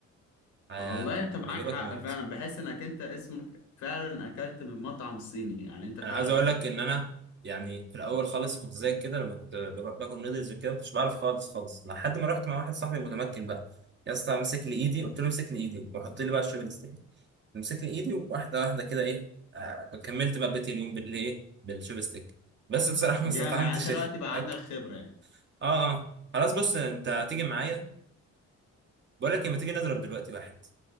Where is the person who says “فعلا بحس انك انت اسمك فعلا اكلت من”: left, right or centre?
Left